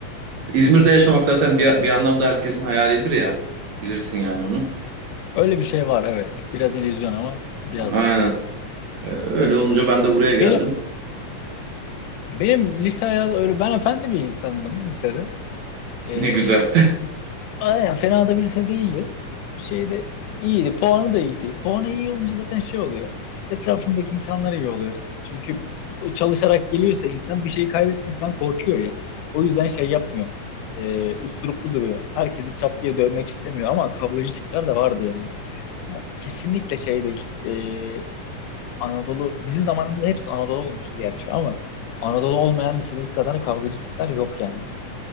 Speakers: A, on the right; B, on the left.
A: İzmir'de yaşamak zaten bir, bir anlamda herkesin hayalidir ya. Bilirsin yani onu.
B: Öyle bir şey var evet. Biraz illüzyon ama biraz
A: Aynen.
B: da doğru.
A: E, Öyle olunca ben de buraya geldim.
B: Benim benim lise hayatı öyle ben efendi bir insandım lisede. Ee,
A: Ne güzel.
B: aynen fena da bir lise değildi. Şeyde iyiydi. Puanı da iyiydi. Puanı iyi olunca zaten şey oluyor. Etrafındaki insanlar iyi oluyor. Çünkü çalışarak geliyorsa insan bir şeyi kaybetmekten korkuyor ya. O yüzden şey yapmıyor. Ee, usturuplu duruyor. Herkesi çat diye dövmek istemiyor ama kavgacı tipler de vardı yani. Ama kesinlikle şey değil. Ee, Anadolu bizim zamanımızda hepsi Anadolu olmuştu gerçi ama Anadolu olmayan lisedeki kadar kavgacı tipler yok yani.